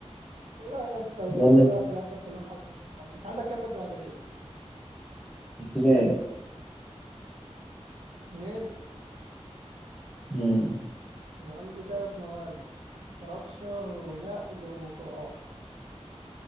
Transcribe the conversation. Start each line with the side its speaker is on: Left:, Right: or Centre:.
Right: لا يا اسطى
Centre: ده اللي
Right: تلاقي
Centre: أنت
Right: في الاخر كلها محصلة في بعض انت عندك كام مادة بعد العيد
Centre: بتلاقي
Right: اتنين
Centre: مم.
Right: انا عندي ثلاث مواد استراكشر ونقل وقرآن